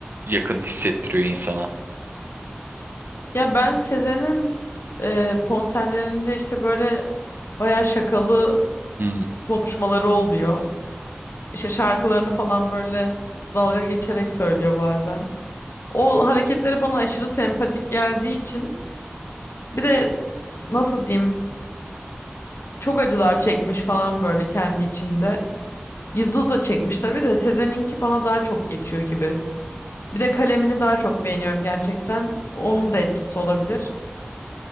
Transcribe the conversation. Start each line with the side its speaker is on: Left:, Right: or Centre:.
Right: yakın hissettiriyor insana.
Left: Ya ben Sezen'in e, konserlerinde işte böyle bayağı şakalı
Right: Hmm.
Left: konuşmaları oluyor. İşte şarkılarını falan böyle dalga geçerek söylüyor bazen. O hareketleri bana aşırı sempatik geldiği için bir de nasıl diyeyim çok acılar çekmiş falan böyle kendi içinde. Yıldız da çekmiş tabii de Sezen'inki bana daha çok geçiyor gibi. Bir de kalemini daha çok beğeniyorum gerçekten. Onun da etkisi olabilir.